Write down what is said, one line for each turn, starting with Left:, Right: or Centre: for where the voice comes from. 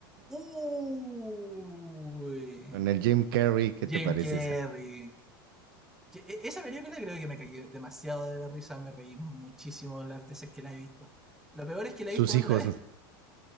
Centre: Uy,
Right: con el Jim Carrey, ¿qué
Centre: Jim
Right: te parece
Centre: Carrey.
Right: esa?
Centre: Que- e- esa película creo que me caí demasiado de la risa. Me reí muchísimo las veces que la he visto. Lo peor es que la
Right: Sus
Centre: he visto más
Right: hijos.
Centre: de una vez.
Right: ¿no?